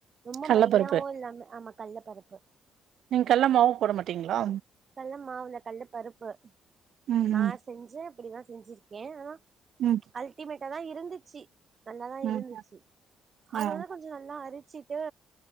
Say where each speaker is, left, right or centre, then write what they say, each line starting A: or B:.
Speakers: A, on the right; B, on the right.
A: ரொம்ப
B: கல்ல
A: மையாவு
B: பருப்பு
A: இல்லாம ஆமா கல்ல பருப்பு
B: நீங் கல்ல மாவு போட மாட்டீங்ளா
A: கல்ல மாவுல இல்ல கல்ல பருப்பு
B: ம்
A: நா
B: ம்
A: செஞ்சே அப்டிதா செஞ்சிருக்கே ஆனா
B: ம்
A: அல்டிமேட்ட தா இருந்துச்சு நல்ல தா
B: ம்
A: இருந்துச்சு அத
B: ஆ
A: வந்து கொஞ் சோ நல்லா அரிச்சிட்டு